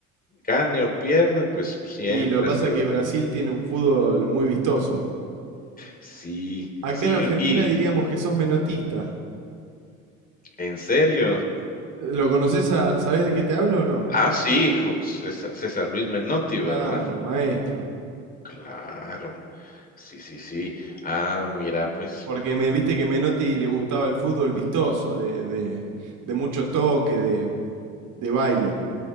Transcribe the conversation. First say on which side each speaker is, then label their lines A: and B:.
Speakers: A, on the left; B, on the right.
A: Gane o pierda, pues siempre
B: Y lo que pasa
A: ha sido
B: es que Brasil
A: Brasil.
B: tiene un fútbol muy vistoso.
A: Sí,
B: Acá
A: sí,
B: en Argentina
A: y
B: diríamos que sos menotista.
A: ¿en serio?
B: ¿Lo conoces a, sabés de qué te hablo o no?
A: Ah, sí, jo César César Luis Menotti,
B: Claro,
A: ¿verdad?
B: maestro.
A: Claro. Sí, sí, sí. Ah, mira, pues
B: Porque me viste que Menotti le gustaba el fútbol vistoso, de, de, de mucho toque, de, de baile.